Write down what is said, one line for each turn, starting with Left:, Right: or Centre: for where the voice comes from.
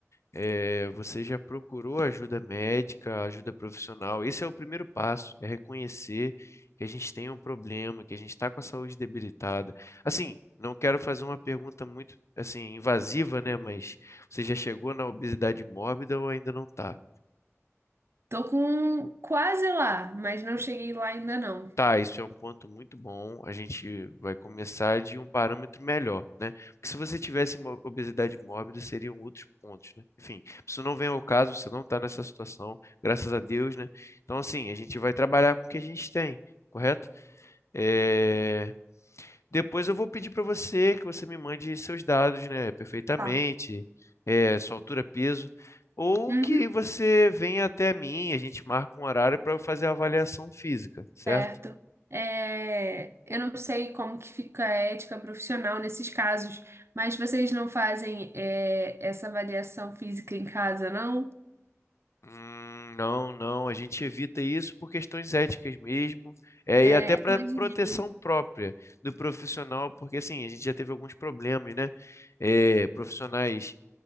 Left: É, você já procurou ajuda médica, ajuda profissional. Esse é o primeiro passo, é reconhecer que a gente tem um problema, que a gente está com a saúde debilitada. Assim, não quero fazer uma pergunta muito, assim, invasiva, né? Mas você já chegou na obesidade mórbida ou ainda não está?
Right: Tô com quase lá, mas não cheguei lá ainda não.
Left: Tá, isso é um ponto muito bom. A gente vai começar de um parâmetro melhor, né? Porque se você tivesse mo- obesidade mórbida, seriam outros pontos, né? Enfim, isso não vem ao caso, você não está nessa situação, graças a Deus, né? Então, assim, a gente vai trabalhar com o que a gente tem, correto? É, Depois eu vou pedir para você que você me mande seus dados, né? Perfeitamente,
Right: Tá.
Left: é, sua altura, peso. Ou
Right: Uhum,
Left: que você venha até mim, a gente marca um horário para eu fazer a avaliação física, certo?
Right: certo. É, eu não sei como que fica a ética profissional nesses casos, mas vocês não fazem é, essa avaliação física em casa, não?
Left: Hum, não, não, a gente evita isso por questões éticas mesmo, é,
Right: É,
Left: e até para
Right: imaginei,
Left: proteção própria do profissional, porque assim, a gente já teve alguns problemas, né? É, profissionais